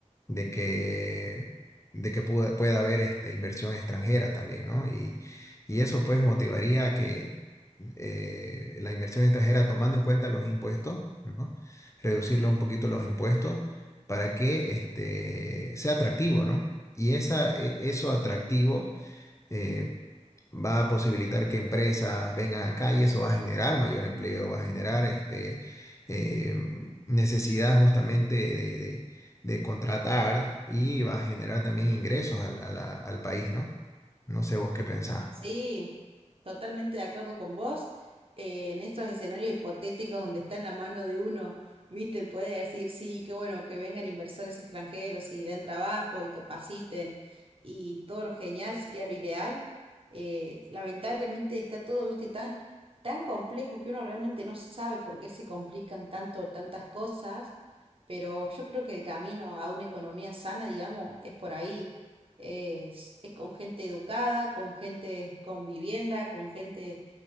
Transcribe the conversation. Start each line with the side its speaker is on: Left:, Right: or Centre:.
Left: de que, de que pueda, pueda haber este, inversión extranjera también, ¿no? Y, y eso pues motivaría que eh, la inversión extranjera, tomando en cuenta los impuestos, ¿no? Reducirlo un poquito los impuestos para que este, sea atractivo, ¿no? Y esa, e- eso atractivo eh, va a posibilitar que empresas vengan acá y eso va a generar mayor empleo, va a generar este, eh, necesidad justamente de, de- de contratar y va a generar también ingresos al, a la- al país, ¿no? No sé vos qué pensás.
Right: Sí, totalmente de acuerdo con vos. Eh, en estos escenarios hipotéticos donde está en la mano de uno, viste, puede decir, sí, qué bueno que vengan inversores extranjeros y den trabajo y capaciten y todo lo genial sería lo ideal. Eh, lamentablemente está todo, viste, tan, tan complejo que uno realmente no sabe por qué se complican tanto tantas cosas, pero yo creo que el camino a una economía sana, digamos, es por ahí es, es con gente educada, con gente con vivienda, con gente